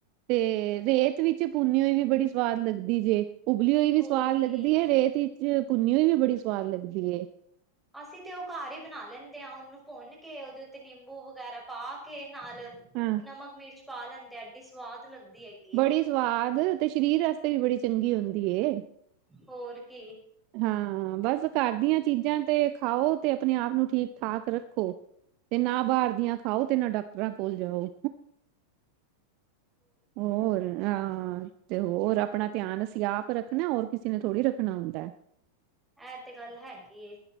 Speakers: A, on the right (about 40°); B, in the centre.
A: ਤੇ ਰੇਤ ਵਿੱਚ ਪੁੰਨੀ ਹੋਈ ਵੀ ਬੜੀ ਸਵਾਦ ਲੱਗਦੀ ਜੇ ਉਬਲੀ ਹੋਈ ਵੀ
B: ਹੋਰ
A: ਸਵਾਦ ਲੱਗਦੀ
B: ਕੀ
A: ਏ ਰੇਤ ਵਿਚ ਭੁੰਨੀ ਹੋਈ ਵੀ ਬੜੀ ਸਵਾਦ ਲੱਗਦੀ ਏ।
B: ਅਸੀਂ ਤੇ ਓ ਘਰ ਈ ਬਨਾ ਲੈਂਨੇ ਆਂ। ਓਨੂੰ ਭੁੰਨ ਕੇ ਓਦੇ ਉੱਤੇ ਨਿੰਬੂ ਵਗੈਰਾ ਪਾ ਕੇ ਕੇ ਨਾਲ
A: ਹਾਂ।
B: ਨਮਕ, ਮਿਰਚ ਪਾ ਲੈਂਦੇ ਆ ਐਡੀ ਸਵਾਦ ਲੱਗਦੀ ਹੈਗੀ ਏ
A: ਬੜੀ ਸਵਾਦ ਤੇ ਸ਼ਰੀਰ ਵਾਸਤੇ ਵੀ ਬੜੀ ਚੰਗੀ ਹੁੰਦੀ ਏ।
B: ਹੋਰ ਕੀ।
A: ਹਾਂ ਬਸ ਘਰ ਦੀਆਂ ਚੀਜ਼ਾਂ ਤੇ ਖਾਓ ਤੇ ਅਪਨੇ ਆਪ ਨੂੰ ਠੀਕ ਠਾਕ ਰੱਖੋ। ਤੇ ਨਾ ਬਾਰ ਦੀਆਂ ਖਾਓ ਤੇ ਨਾ ਡਾਕਟਰਾਂ ਕੋਲ ਜਾਓ। ਹੋਰ ਹਾਂ ਤੇ ਹੋਰ ਅਪਣਾ ਧੇਆਨ ਅਸੀ ਆਪ ਰੱਖਣਾ ਹੋਰ ਕਿਸੇ ਨੇ ਥੋੜ੍ਹੀ ਰੱਖਣਾ ਹੁੰਦਾ ਐ।
B: ਐ ਤੇ ਗੱਲ ਹੈਗੀ ਏ।